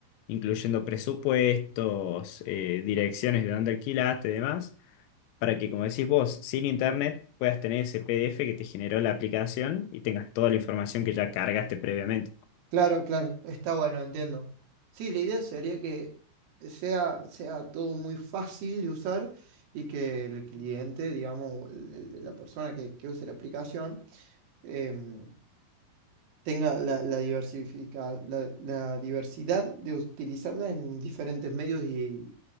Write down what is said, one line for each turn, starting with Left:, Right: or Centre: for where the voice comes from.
Left: incluyendo presupuestos, eh, direcciones de dónde alquilaste y demás, para que, como decís vos, sin internet puedas tener ese PDF que te generó la aplicación y tengas toda la información que ya cargaste previamente.
Right: Claro, claro, está bueno, entiendo. Sí, la idea sería que sea, sea todo muy fácil de usar y que el cliente, digamos, o el- el- la persona que, que use la aplicación, em, tenga la, la diversifica- la, la diversidad de utilizarla en diferentes medios y,